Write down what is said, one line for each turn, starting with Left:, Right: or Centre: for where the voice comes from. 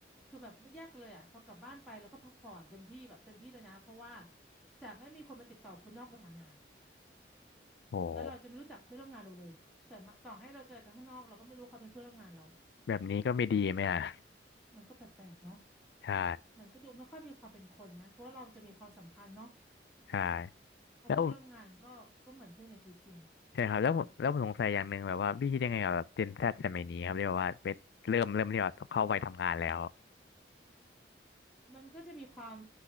Centre: คือแบบแยกกันเลยอ่ะพอกลับบ้านไปเราก็พักผ่อนเต็มที่แบบเต็มที่เลยนะเพราะว่าจะไม่มีคนมาติดต่อคุณนอกเวลางาน
Left: โห
Centre: แล้วเราจะไม่รู้จักเพื่อนร่วมงานเราเลยแต่มาต่อให้เราเจอกันข้างนอกเราก็ไม่รู้เขาเป็นเพื่อนร่วมงานเรา
Left: แบบนี้ก็ไม่ดีไหมอ่ะ
Centre: มันก็แปลกๆเนาะ
Left: ใช่
Centre: มันก็ดูไม่ค่อยมีความเป็นคนไหมเพราะว่าเราจะมีความสัมพันธ์เนาะ
Left: ใช่
Centre: พอเพื่อนร่วมงานก็ก็เหมือนเพื่อนในชีวิตจริง
Left: แล้วใช่ครับแล้วผมแล้วผมสงสัยอย่างหนึ่งแบบว่าพี่คิดยังไงกับแบบเจนแซดสมัยนี้ครับเรียกว่า
Centre: คล้าย
Left: เริ่มเริ่มเรียกว่าเข้าวัยทำงานแล้ว
Centre: ๆมันก็จะมีความ